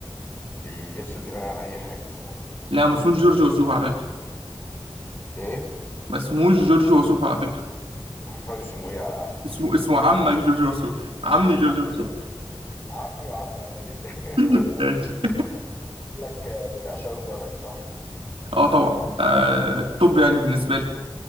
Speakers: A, on the left; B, on the right.
A: بيفصل دماغي عن أي حاجة الصراحة
B: لا ما اسموش جورج وسوف على فكره
A: إيه؟
B: ما اسموش جورج وسوف على فكره
A: <laughs> أمال اسمه إيه يا أخ؟
B: اسمه اسمه عمك جورج وسوف عمي جورج
A: <laughs>
B: وسوف
A: عمي وعم غالي
B: <laughs>
A: <laughs>
B: ماشي <laughs>
A: لك بتاع شاو سبعي صح؟
B: اه طبعا ده الطب يعني بالنسبه لي